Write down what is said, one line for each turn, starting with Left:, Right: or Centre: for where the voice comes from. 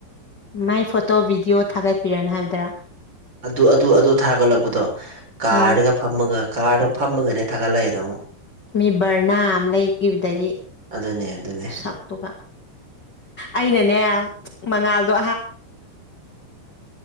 Left: ꯃꯥꯏ ꯐꯣꯇꯣ ꯚꯤꯗꯤꯑꯣ ꯊꯥꯒꯠꯄꯤꯔꯅꯨ ꯍꯥꯏꯕꯗꯔꯥ
Right: ꯑꯗꯨ ꯑꯗꯨ ꯑꯗꯨ ꯊꯥꯒꯠꯂꯛꯄꯗꯣ ꯀꯥꯔꯒ
Left: ꯎꯝ
Right: ꯐꯝꯃꯒ ꯀꯥꯔꯒ ꯐꯝꯃꯒꯅꯦ ꯊꯥꯒꯠꯂꯛꯑꯏꯗ ꯑꯃꯨꯛ
Left: ꯃꯤ ꯕꯔꯅꯥ ꯑꯃ ꯂꯩꯈꯤꯕꯗꯒꯤ
Right: ꯑꯗꯨꯅꯦ ꯑꯗꯨꯅꯦ
Left: ꯁꯥꯥꯛꯇꯧꯕ ꯑꯩꯅꯅꯦ ꯃꯉꯥꯜꯗꯣ